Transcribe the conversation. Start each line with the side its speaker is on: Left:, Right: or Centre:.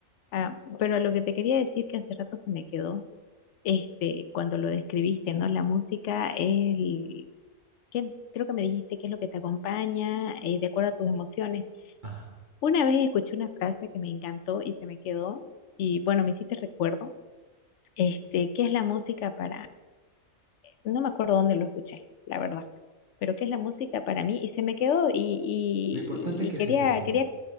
Left: Ah, pero lo que te quería decir que hace rato se me quedó este, cuando lo describiste, ¿no? La música es el, ¿qué? creo que me dijiste qué es lo que te acompaña, eh, de acuerdo a tus emociones.
Right: Ah,
Left: Una vez escuché una frase que me encantó y se me quedó, y bueno, me hiciste recuerdo, este, ¿qué es la música para, no me acuerdo dónde lo escuché, la verdad, pero qué es la música para mí, y se me quedó, y, y,
Right: lo importante es que
Left: y quería,
Right: se te quedó.
Left: quería,